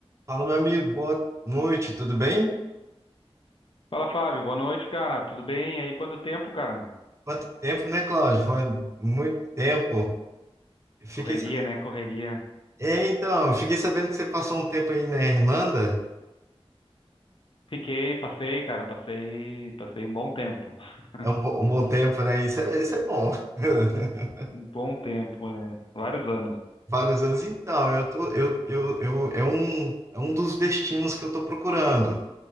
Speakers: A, on the right (about 30°); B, on the left (about 55°).
A: Fala, meu amigo, boa noite, tudo bem?
B: Fala, Fábio. Boa noite, cara. Tudo bem? E aí, quanto tempo, cara?
A: Quanto tempo, né, Cláudio? Foi muito tempo. Fiquei...
B: Correria,
A: sa-
B: né? Correria.
A: É, então, fiquei sabendo que você passou um tempo aí na Irlanda.
B: Fiquei, passei, cara. Passei, passei um bom tempo. <laughs>
A: É um, bo- um bom tempo, né? Isso é, isso é bom. <laughs>
B: Um bom tempo, é. Vários anos.
A: Vários anos. Então, eu tô, eu, eu, eu, é um, é um dos destinos que eu tô procurando.